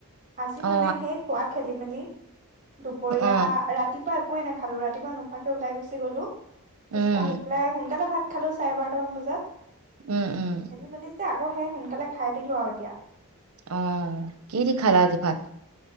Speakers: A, on the right (about 35°); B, on the right (about 70°).
A: আজি
B: অ
A: মানে সেই খোৱা। খেলি মেলি। দুপৰীয়া
B: অ
A: ৰাতি। পা একোৱে নাখালো ৰাতিপোৱা নোখোৱাকে উলাই গুছি গলো। খোজকাঢ়ি
B: উম
A: পেলাই সোনকালে ভাত। খালো চাৰে বাৰটামান বজাত
B: উম উম
A: খেলি মেলি যে আকৌ সে সোনকালে খাই দিলো আৰু এতিয়া,
B: আহ কি দি খালা আজি ভাত?